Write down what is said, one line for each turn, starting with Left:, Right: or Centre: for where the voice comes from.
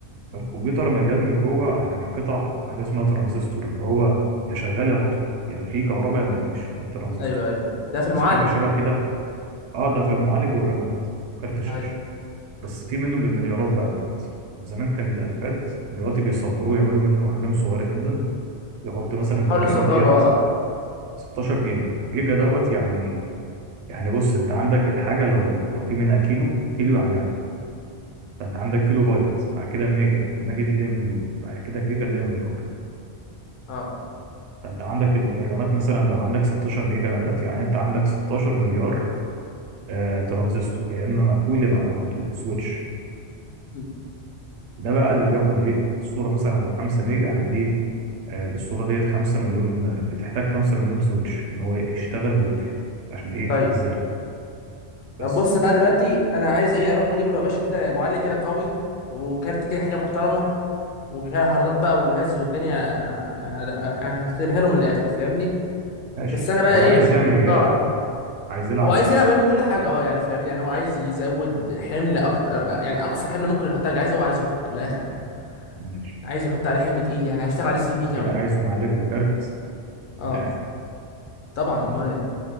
Right: فالكمبيوتر مليان من جوه يعني قطع حاجه اسمها ترانزستور اللي هو يا شغال يا مطفي يا في كهرباء يا مفيش ده الترانزستور
Left: ايوه ايوه ده في المعالج
Right: عايز حاجه شبه كده اه ده في المعالج والرامات وكارت الشاشه
Left: صحيح
Right: بس في منهم بالمليارات بقى دلوقتي زمان كان بالالافات دلوقتي بيصغروه يعملوا منه احجام صغيره جدا يحط مثلا
Left: بيحاولوا
Right: في الرامه
Left: يصغروا
Right: ديت
Left: اه
Right: 16 جيجا جيجا دوت يعني يعني بص انت عندك الحاجه لو لو في منها كيلو كيلو يعني 1000 فانت عندك كيلو بايت بعد كده ميجا الميجا دي اللي هي مليون بعد كده الجيجا اللي هي مليار
Left: اه
Right: فانت عندك ال- الرامات مثلا لو عندك 16 جيجا رامات يعني انت عندك 16 مليار آه ترانزستور يا اما مقفول يا اما مفتوح سويتش
Left: مم.
Right: ده بقى اللي بياخد ايه الصوره مثلا لو 5 ميجا يعني دي آه، الاسطوره ديت 5 مليون بتحتاج 5 مليون سويتش ان هو يشتغل ويطفي عشان ايه
Left: طيب
Right: تخزنها
Left: طب
Right: بس
Left: بص بقى دلوقتي انا عايز ايه اروح اجيب له يا باشا كده معالج كده قوي وكارتة كده حاجة محترمة وجهاز هاردات بقى وجهاز والدنيا آه، يعني يعني هخربها له من الاخر فاهمني
Right: ماشي
Left: بس انا بقى
Right: هو
Left: ايه
Right: عايز يعمل
Left: محتار
Right: ايه يلعب عايز يلعب
Left: هو عايز
Right: ولا يشتغل
Left: يلعب ويعمل كل حاجه اه يعني فاهمني يعني هو عايز يزود حمل اكتر يعني اقصى حمل ممكن يحط على الجهاز هو عايز يحطه من الاخر يعني
Right: ماشي
Left: عايز يحط عليه حمل تقيل يعني هيشتغل عليه 3 دي كمان
Right: كده عايز معالج وكارت
Left: اه
Right: من الاخر
Left: طبعا امال ايه